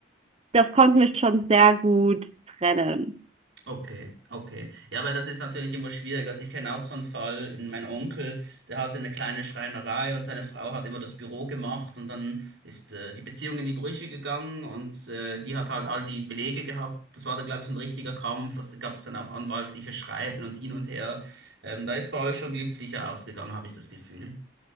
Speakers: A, on the right; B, on the right.
A: das konnten wir schon sehr gut trennen.
B: Okay, okay. Ja, weil das ist natürlich immer schwierig. Also ich kenne auch so einen Fall, mein Onkel, der hatte eine kleine Schreinerei und seine Frau hat immer das Büro gemacht und dann ist äh, die Beziehung in die Brüche gegangen und äh, die hat halt all die Belege gehabt. Das war dann, glaube ich, so ein richtiger Kampf. Das gab es dann auch anwaltliche Schreiben und hin und her. Ähm, da ist bei euch schon glimpflicher ausgegangen, habe ich das Gefühl.